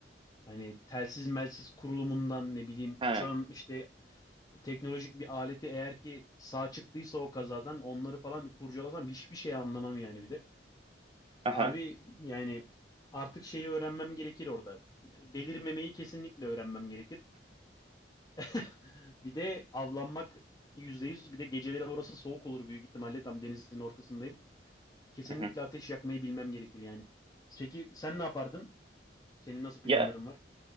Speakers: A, on the left; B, on the right.
A: hani telsiz melsiz kurulumundan ne bileyim
B: He.
A: uçağın işte teknolojik bir aleti eğer ki sağ çıktıysa o kazadan onları falan kurcalasam hiçbir şey anlamam yani bir de.
B: Aha.
A: Abi yani artık şeyi öğrenmem gerekir orada. Delirmemeyi kesinlikle öğrenmem gerekir. <laughs> Bir de avlanmak yüzde yüz, Bir de geceleri orası soğuk olur büyük ihtimalle. Tam denizin ortasındayım. Kesinlikle
B: Aha.
A: ateş yakmayı bilmem gerekir yani. Peki sen ne yapardın? Senin nasıl planların
B: Ya
A: var?